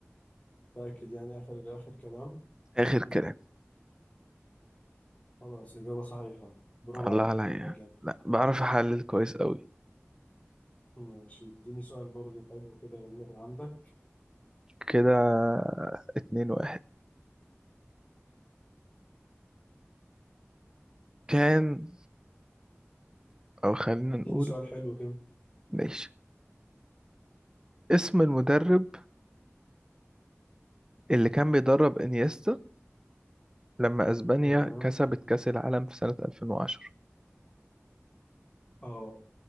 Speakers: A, on the left (about 25°); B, on the right (about 15°).
A: متأكد يعني آخر آخر كلام
B: آخر كلام
A: خلاص إجابة صحيحة برافو
B: الله
A: عليك
B: عليا
A: والله جامد
B: لا بعرف أحلل كويس أوي
A: ماشي اديني سؤال برضه حلو كده يلا من عندك
B: كده اتنين واحد كان أو خلينا
A: اديني
B: نقول
A: سؤال حلو كده
B: ماشي اسم المدرب اللي كان بيدرب انيستا لما اسبانيا
A: تمام
B: كسبت كأس العالم في سنة 2010
A: اه